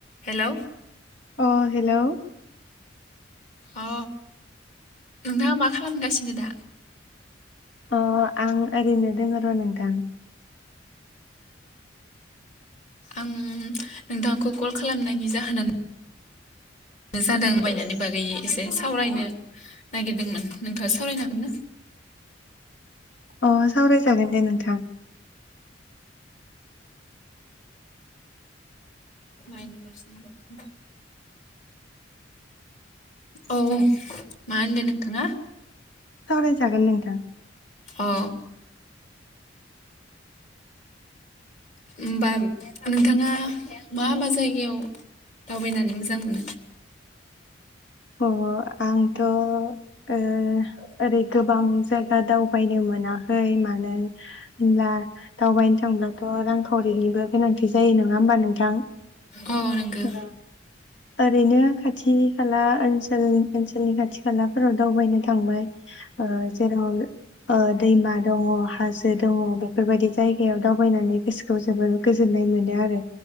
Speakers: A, on the left; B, on the left.
A: Hello
B: अ hello
A: अ नोंथाङा मा खालामगासिनो दा
B: अ आं ओरैनो दोङो र' नोंथां
A: आं नोंथांखौ कल खालामनायनि जाहोनानो जादों बायनानै बागै एसे सावरायनो नागिरदोंमोन नोंथाङा सावरायनो हागोन ना?
B: अ सावरायजागोन दे नोंथां।
A: माइन पारसेन्ट औ मा होनदों नोंथाङा?
B: सावराय जागोन नोंथां।
A: अ होनबा नोंथाङा मा मा जायगायाव दावबायनानै मोजां मोनो।
B: अ आंथ'। ओ ओरै गोबां जायगा दावबायनो मोनाखै मानो होनब्ला दावबायनो थांब्लाथ' रांखावरिनिबो गोनांथि जायो नोङा होमबा नोंथां
A: अ नोंगो
B: ओ ओरैनो खाथि खाला ओनसोलनि ओनसोलनि खाथि खालाफोराव दावबायनो थांबाय जेराव ओ दैमा दङ हाजो दङ बेफोरबायदि जायगायाव दावबायनानै गोसोखौ जोबोर गोजोननाय मोनो आरो